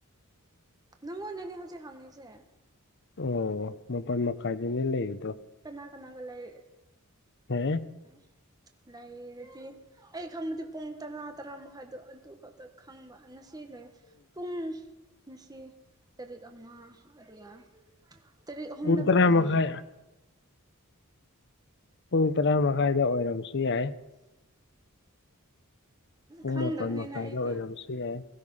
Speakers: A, on the right; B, on the left.
A: ꯅꯪꯉꯣꯟꯗꯅꯦ ꯍꯧꯖꯤꯛ ꯍꯪꯉꯤꯁꯦ
B: ꯑꯣ ꯃꯥꯄꯟ ꯃꯈꯥꯏꯗꯅꯦ ꯂꯩꯔꯤꯗꯣ
A: ꯀꯅꯥ ꯀꯅꯥꯒ ꯂꯩ
B: ꯐꯌꯦ
A: ꯏꯁ ꯂꯩꯔꯗꯤ ꯑꯩ ꯈꯪꯕꯗꯤ ꯄꯨꯡ ꯇꯔꯥ ꯇꯔꯥ ꯃꯈꯥꯏꯗꯣ ꯑꯗꯨ ꯈꯛꯇ ꯈꯪꯕ ꯉꯁꯤ ꯁꯤ ꯂꯩ ꯄꯨꯡ ꯉꯁꯤ ꯇꯔꯦꯠ ꯑꯃ ꯑꯗꯨꯒ ꯇꯔꯦꯠ ꯑꯍꯨꯝꯅ
B: ꯄꯨꯡ ꯇꯔꯥ
A: ꯎꯝ
B: ꯃꯈꯥꯏ ꯄꯨꯡ ꯇꯔꯥ ꯃꯈꯥꯏꯗ ꯑꯣꯏꯔꯝꯕꯁꯨ ꯌꯥꯏ
A: ꯑꯁ
B: ꯄꯨꯡ
A: ꯈꯪꯗꯕꯅꯤꯅ
B: ꯃꯥꯄꯜ ꯃꯈꯥꯏꯗ
A: ꯑꯩꯗꯤ
B: ꯑꯣꯏꯔꯝꯕꯁꯨ ꯌꯥꯏ